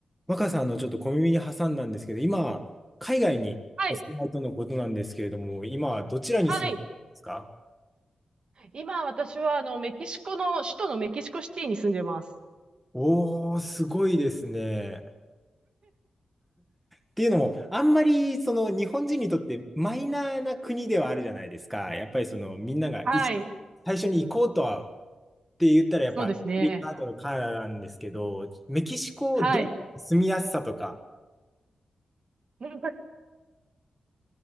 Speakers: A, in the centre; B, on the right.
A: 若さんのちょっと小耳に挟んだんですけど、今、海外にお住まいとのことなんですけれども、
B: はい。
A: 今、どちらに住むんでますか
B: はい。今、私は、あの、メキシコの、首都のメキシコシティに住んでます。
A: おー、すごいですね。っていうのも、あんまりその日本人にとってマイナーな国ではあるじゃないですか。やっぱりそのみんながい
B: はい。
A: 最初に行こうとはって言ったら、やっぱアメリカとかカナダなんですけど、
B: そうですね。
A: メキシコどう住みやすさとか。
B: はい。なんか、